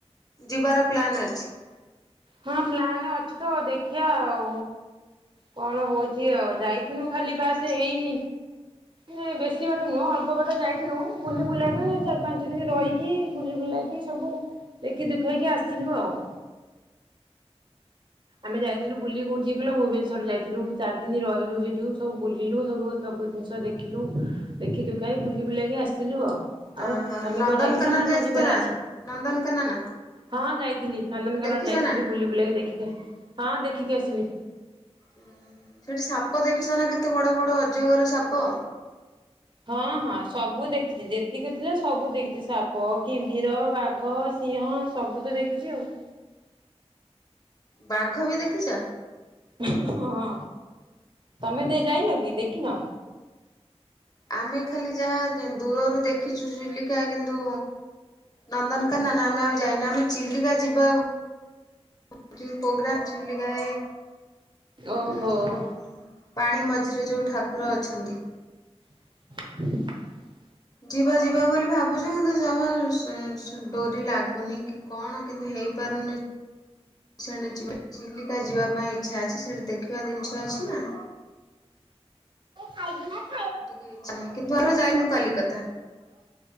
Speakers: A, on the left (about 35°); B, on the right (about 45°).
A: ଯିବାର ପ୍ଲାନ୍ ଅଛି?
B: ହଁ ପ୍ଲାନ ଅଛି ତ ଦେଖିବା ଆଉ। କଣ ହଉଛି ଆଉ ଯାଇଥିଲୁ ଖାଲି ବାସ୍ ଏଇ ମେ ବେଶୀ ବାଟ ନୁହଁ ଅଳ୍ପ ବାଟ ଯାଇଥିଲୁ ବୁଲି ବୁଲାେଇକି ଚାରି ପାଞ୍ଚ ଦିନ ରହିକି ବୁଲି ବୁଲେଇକି ସବୁ ଦେଖି ଦୁଖେଇକି ଆସିଲୁ ଆଉ। ଆମେ ଯାଇଥିଲୁ ବୁଲ କୋଉଠି ଇକି କିଲୋ ଭୁବନେଶ୍ଵର ଯାଇଥିଲୁ ଚାରି ଦିନ ରହିଲୁ ସେଇଠୁ ସବୁ ବୁଲିଲୁ ସବୁ ସବୁ ଜିନିଷ ଦେଖିଲୁ ଦେଖି ଦେଖାଇ ବୁଲି ବୁଲକି ଆସିଲୁ ଆଉ। ଆଉ
A: ଓହୋ
B: ତମେ
A: ନନ୍ଦନକାନନ
B: କଣ ଯାଇଥିଲ ନାନ
A: ଯାଇଛ
B: ଯିବାର
A: ନା
B: ଅଛି
A: ନନ୍ଦନକାନନ
B: ହଁ ଯାଇଥିଲି ନନ୍ଦନକାନନ
A: ଦେଖିଛ
B: ଯାଇଥିଲି
A: ନା?
B: ବୁଲି ବୁଲାକି ଦେଖି ହଁ ଦେଖିକି ଆସିଲି।
A: ଉ ସେଠି ସାପ ଦେଖିଛ ନା କେତେ ବଡ ବଡ ଅଜଗର ସାପ?
B: ହଁ ହଁ ସବୁ ଦେଖିଛି ଯେତିକି ଥିଲା ସବୁ ଦେଖିଛି ସାପ କିମ୍ଭୀର ବାଘ ସିଂହ ସବୁ ତ ଦେଖିଛି ଆଉ।
A: ବାଘ ବି ଦେଖିଛ?
B: ହଁ ହଁ ତମେ ଦେଇ ଯାଇନ କି ଦେଖିନ?
A: ଆମେ ଖାଲି ଯାହା ଦୂରରୁ ଦେଖିଛୁ ଚିଲିକା କିନ୍ତୁ ନନ୍ଦନକାନ ନା ଆମେ ଆଉ ଯାଇନ ଆମେ ଚିଲିକା ଯିବା ବକଂ ପ୍ରୋଗ୍ରାମ ଚିଲଗଏ
B: ଓହୋ।
A: ଯୋଉ ପାଣି ମଝିରେ ଯୋଉ ଠାକୁର ଅଛନ୍ତି।
B: <unintelligible>
A: ଯିବା ଯିବା ବୋଲି ଭାବୁଛ କିନ୍ତୁ ଜମା ଉଁ ଡୋରି ଲାଗୁନି କି କଣ କିନ୍ତୁ ହେଇପାରୁନି। ଶେନେ ଜି ଚିଲିକା ଯିବା ପାଇଁ ଇଚ୍ଛା ଅଛି ସେଠି ଦେଖିବା ଜିନିଷ ଅଛି ନା।
B: ଖାଇବୁ ନା <unintelligible>
A: ଟେ ଇା ନାହିଁ କିନ୍ତୁ ଆର ଯାଏନୁ କଲିକତା।